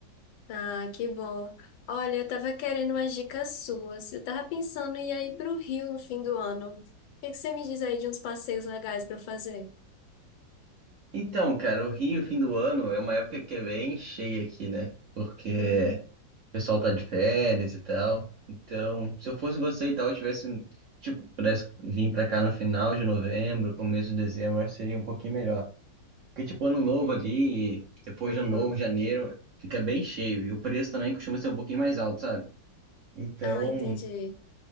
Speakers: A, on the left; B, on the right.
A: Ah, que bom. Olha, eu tava querendo umas dicas suas. Eu tava pensando em ir aí pro Rio no fim do ano. O que que você me diz aí de uns passeios legais pra eu fazer?
B: Então, cara, o Rio, fim do ano, é uma época que é bem cheia aqui, né? Porque
A: Hum,
B: o pessoal tá de férias e tal. Então, se eu fosse você e tal, eu tivesse, tipo, pudesse vir pra cá no final de novembro, começo de dezembro, eu acho que seria um pouquinho melhor. Porque, tipo, ano novo ali, depois
A: aham.
B: de ano novo, janeiro, fica bem cheio. E o preço também costuma ser um pouquinho mais alto, sabe? Então,
A: Ah, entendi.